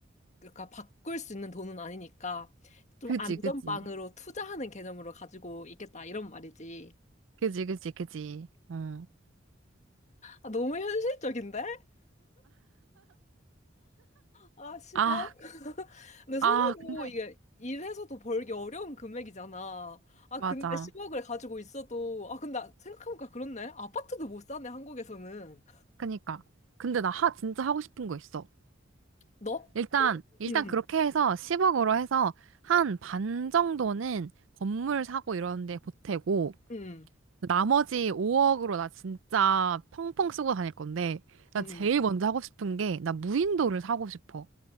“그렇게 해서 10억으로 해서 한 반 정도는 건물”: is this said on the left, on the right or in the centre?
Right